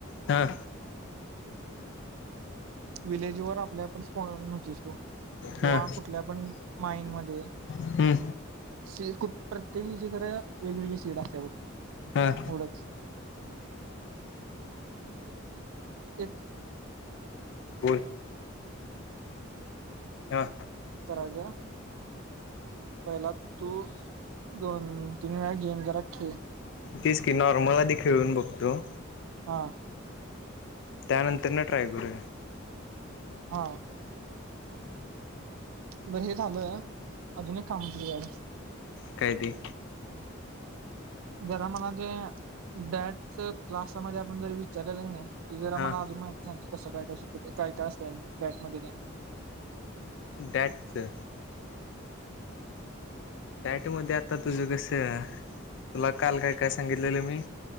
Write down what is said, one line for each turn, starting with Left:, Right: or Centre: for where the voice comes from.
Left: हां
Right: व्हिलेजवर आपल्या आपण पॉन्हस होतोस तु किंवा
Left: हां
Right: कुठल्या पण माइंन मध्ये
Left: हम्म
Right: <unintelligible> वेगवेगळी सीट असतीया बघ
Left: हां
Right: एवढंच <unintelligible>
Left: बोल हां
Right: करायचं. पहिला तू दोन तीन वेळा घेऊन जरा खेळ
Left: तेचं की नॉर्मल आधी खेळून बघतो.
Right: हा.
Left: त्यानंतर न ट्राय करूया
Right: हा. बरं हे झालं अजून एक काम होतं तुझ्याकडं.
Left: काय ते
Right: जरा मला ते डॅटच क्लासामध्ये आपण जरा विचारलेलं कनी ते जरा
Left: हां
Right: मला अजून माहिती सांग की कसं काय काय शिकवते काय काय असतं आणि बँचमध्ये त्या
Left: डँटच. डाँटमध्ये आता तुझं कसं तुला काल काय काय सांगितलेलं मी